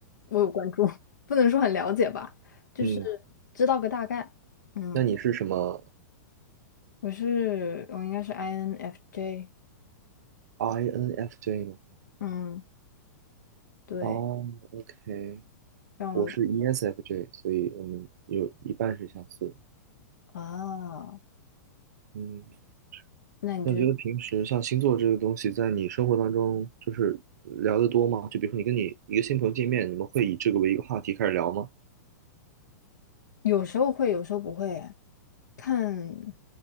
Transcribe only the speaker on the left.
我有关注，<laughs> 不能说很了解吧，就是
知道个大概。嗯，
我是我应该是 INFJ。
嗯，对，
让我
啊，
那你就
有时候会，有时候不会啊，看